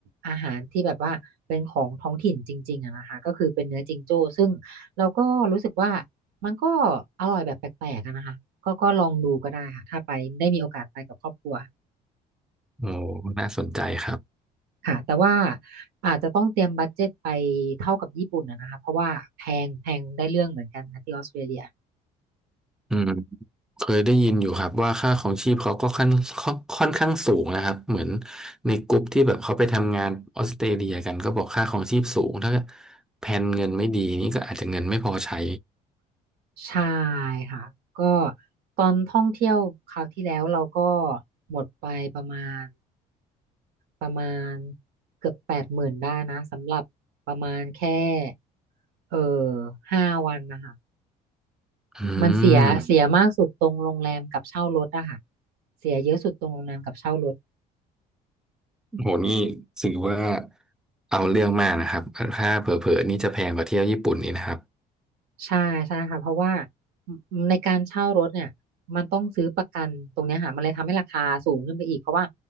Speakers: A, on the right (about 80°); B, in the centre.
A: อาหารที่แบบว่าเป็นของท้องถิ่นจริงๆอะนะคะก็คือเป็นเนื้อจิงโจ้ซึ่งเราก็รู้สึกว่ามันก็อร่อยแบบแปลกๆอะนะคะก็ก็ลองดูก็ได้ค่ะถ้าไปได้มีโอกาสไปกับครอบครัว
B: โอ้น่าสนใจครับ
A: ค่ะแต่ว่าอาจจะต้องเตรียมบัดเจ็ตไปเท่ากับญี่ปุ่นอะนะคะเพราะว่าแพงแพงได้เรื่องเหมือนกันค่ะที่ออสเตรเลีย
B: อืมเคยได้ยินอยู่ครับว่าค่าของชีพเขาก็ค่อนค่อนค่อนข้างสูงนะครับเหมือนในกลุ่มที่แบบเขาไปทำงานออสเตรเลียกันก็บอกค่าของชีพสูงถ้าแผนเงินไม่ดีนี่ก็อาจจะเงินไม่พอใช้
A: ใช่ค่ะก็ตอนท่องเที่ยวคราวที่แล้วเราก็หมดไปประมาณ ประมาณเกือบแปดหมื่นได้นะสำหรับประมาณแค่เออห้าวันนะคะ
B: อื
A: มันเสียเสียมากสุดตรงโรงแรมกับเช่ารถอะค่ะ
B: ม
A: เสียเยอะสุดตรงโรงแรมกับเช่ารถ
B: โหนี่ถือว่าเอาเรื่องมากนะครับถ้าเผลอๆนี่จะแพงกว่าเที่ยวญี่ปุ่นนี่นะครับ
A: ใช่ใช่ค่ะเพราะว่าในการเช่ารถเนี่ยมันต้องซื้อประกันตรงเนี้ยค่ะมันเลยทำให้ราคาสูงขึ้นไปอีกเพราะว่า